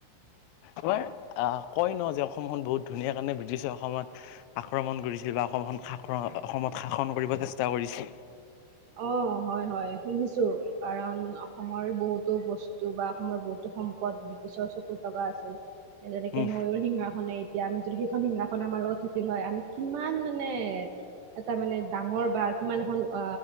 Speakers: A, on the left (about 85°); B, on the right (about 70°).
A: তোমাৰ আহ কয় ন যে, অসমখন বহুত ধুনীয়া কাৰণে ব্ৰিটিছে অসমত আক্ৰমণ কৰিছিল বা অসম খন শাক্ৰ অসমত শাসন কৰিব চেষ্টা কৰিছে।
B: অ, হয়-হয় শুনিছোঁ কাৰণ অসমৰ বহুতো বস্তু বা অসমৰ বহুতো সম্পদ ব্ৰিটিছৰ চকুত লগা আছিল যেনেকে
A: উম,
B: এই ময়ূৰ সিংঘাখনে এতিয়া আমি যদি সেইখন সিংঘাখন আমাৰ লগত থাকিল হয় আমি কিমান মানে এটা মানে ডাঙৰ বা কিমান এখন অ,